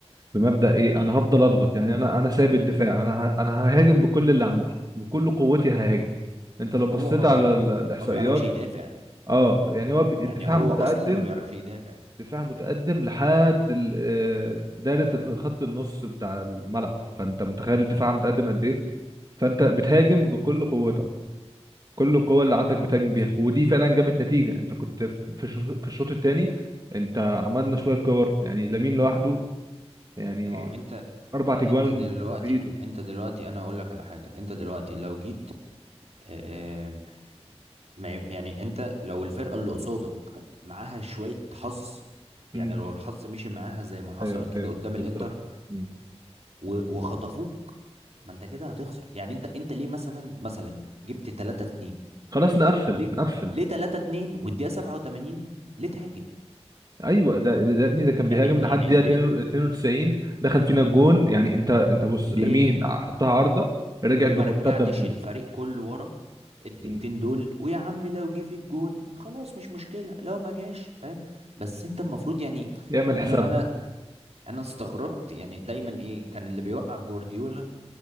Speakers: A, on the right; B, on the right.
A: بمبدأ ايه انا هفضل اضغط
B: مم.
A: يعني انا انا سايب الدفاع انا ه... انا ههاجم بكل اللي عندي بكل قوتي ههاجم انت لو بصيت
B: هو ما
A: على
B: بي...
A: ال- الاحصائيات
B: ما بيعرفش يدافع
A: اه يعني هو ب- الدفاع
B: يعني هو
A: متقدم
B: أصلا ما بيعرفش يدافع
A: دفاع متقدم لحد ال- آه، دايرة الخ- خط النص بتاع الملعب فانت متخيل الدفاع متقدم قد ايه فانت بتهاجم بكل قوتك كل القوة اللي عندك بتهاجم بيها ودي فعلا جابت نتيجة انت كنت في في الشوط في الشوط الثاني انت عملنا شوية كور يعني لامين لوحده يعني
B: ما هو انت
A: اربع تجوان
B: انت دلوقتي
A: في ايده
B: انت دلوقتي انا هقول لك على حاجه انت دلوقتي لو جيت اه ما ي- يعني انت لو الفرقه اللي قصادك معاها شويه حظ يعني
A: امم
B: لو الحظ مشي معاها زي ما حصل
A: ايوه
B: كده
A: ايوه
B: قدام
A: بالظبط
B: الانتر
A: مم.
B: و- وخطفوك ما انت كده هتخسر يعني انت انت ليه مثلا مثلا جبت 3 2
A: خلاص نقفل
B: ليه
A: نقفل
B: ليه 3 2 والدقيقه 87 ليه تهاجم
A: ايوه ده ده ابني ده كان
B: يعني
A: بيهاجم
B: يعني
A: لحد دقيقه
B: ليه
A: 92 دخل فينا الجون يعني انت انت بص
B: ليه
A: لامين حطها عارضه رجعت
B: ليه
A: بمرتده
B: ما رجعتش
A: بجون
B: الفريق كله ورا الدقيقتين
A: مم.
B: دول ويا عم لو جه في الجون خلاص مش مشكلة لو ما جاش فاهم بس انت المفروض يعني
A: يعمل حسابها
B: انا انا انا استغربت يعني دايما ايه كان اللي بيوقع جوارديولا